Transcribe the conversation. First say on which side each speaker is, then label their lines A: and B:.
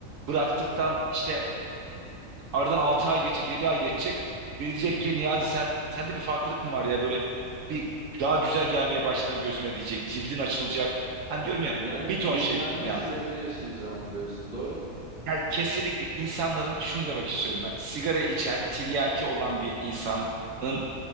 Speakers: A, on the right (about 75°); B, on the right (about 40°).
A: bıraktıktan işte aradan 6 ay geçecek, 7 ay geçecek. Biri diyecek
B: hı hı.
A: ki Niyazi sen sende bir farklılık mı var ya böyle bir daha güzel gelmeye başladın gözüme diyecek. Cildin açılacak. Hani diyorum ya
B: Yani
A: bir
B: bir
A: ton
B: yenilenme
A: şey Niyazi.
B: süreci yaşayacağım diyorsun doğru mu?
A: Yani kesinlikle insanların şunu demek istiyorum ben. Sigara içen, tiryaki olan bir insanın